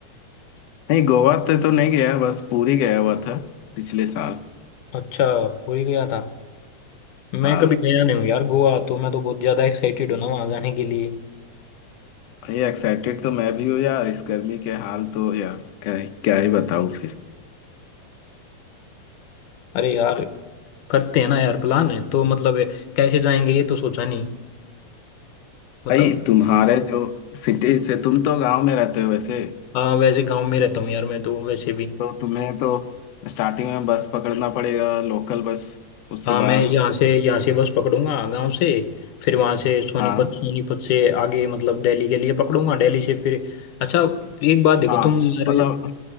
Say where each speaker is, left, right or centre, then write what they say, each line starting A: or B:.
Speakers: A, on the left; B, on the left.
A: नहीं गोवा पे तो नहीं गया बस पुरी गया हुआ था पिछले साल
B: अच्छा पूरी गया था
A: हाँ
B: मैं कभी गया नहीं हूँ यार गोवा तो मैं तो बहुत ज़्यादा एक्साइटेड हूँ ना वहाँ जाने के लिए
A: भाई एक्साइटेड तो मैं भी हूँ यार इस गर्मी के हाल तो यार क्या क्या ही बताऊँ फिर
B: अरे यार करते हैं ना यार प्लान है तो मतलब कैसे जाएंगे ये तो सोचा नहीं मतलब
A: भाई तुम्हारे जो सिटी से तुम तो गांव में रहते हो वैसे
B: हाँ वैसे गांव में रहता हूँ यार मैं तो वैसे भी
A: तो तुम्हें तो स्टार्टिंग में बस पकड़ना पड़ेगा लोकल बस उसके
B: हाँ मैं
A: बाद
B: यहाँ से यहाँ से बस पकड़ूंगा गांव से फिर वहाँ से सोनीपत
A: हाँ
B: सोनीपत से आगे मतलब दिल्ली के लिए पकड़ूंगा दिल्ली से फिर अच्छा एक बात देखो
A: हाँ
B: तुम यार
A: मतलब